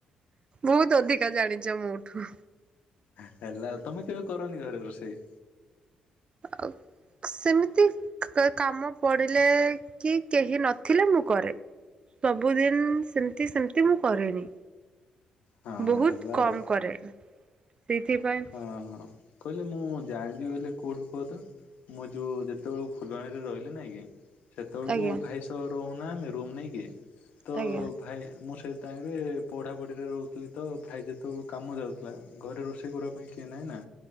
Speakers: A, on the right; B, on the left.
A: ବହୁତ ଅଧିକା ଜାଣିଛ ମୋଠୁ।
B: ହେଲା ଆଉ ତମେ କେବେ କରନି ଘରେ ରୋଷେଇ?
A: ଆଉ ସେମିତି କାମ ପଡ଼ିଲେ କି କେହି ନଥିଲେ ମୁଁ କରେ। ସବୁଦିନ ସେମିତି ସେମିତି ମୁଁ କରେନି।
B: ହଁ
A: ବହୁତ
B: ହେଲା
A: କମ
B: ଆଉ
A: କରେ ସେଇଥିପାଇଁ
B: ହଁ କହିଲେ ମୁଁ ଜାଣିଛିି ବୋଲି କୋଉଠୁ କୁହ ତ? ମୁଁ ଯୋଉ ଯେତେବେଳକୁ ଫୁଲବାଣୀରେ ରହିଲି ନାଇଁ କି ସେତେବେଳକୁ
A: ଆଜ୍ଞା
B: ଭାଇ ତ ରହୁନା ଆମେ ରୁମ ନେଇକିି ତ
A: ଆଜ୍ଞା
B: ଭାଇ ମୁଁ ସେ ଟାଇମରେ ପଢ଼ାପଢ଼ିରେ ରହୁଥିଲି ତ ଭାଇ ଯେତେବେଳେକୁ କାମ ଯାଉଥିଲା ଘରେ ରୋଷେଇ କରିବା ପାଇଁ କିଏ ନାଇଁ ନା